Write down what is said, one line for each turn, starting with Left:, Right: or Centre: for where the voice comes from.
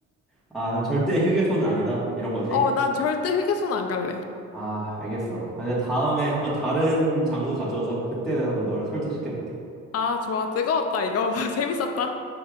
Centre: 아, 그럼 절대 휴게소는 아니다. 이런 거지.
Left: 어, 난 절대 휴게소는 안 갈래.
Centre: 아, 알겠어. 아, 내가 다음에 한번 다른 장소 가져와서 한번 그때는 한번 널 설득시켜 볼게.
Left: 아, 좋아. 뜨거웠다, 이거. <laughs> 재밌었다.